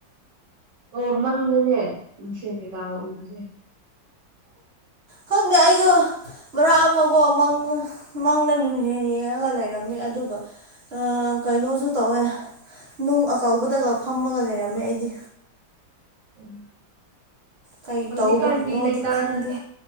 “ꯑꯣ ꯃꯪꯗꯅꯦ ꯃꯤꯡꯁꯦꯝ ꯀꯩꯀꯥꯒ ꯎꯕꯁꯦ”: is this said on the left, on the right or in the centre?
Right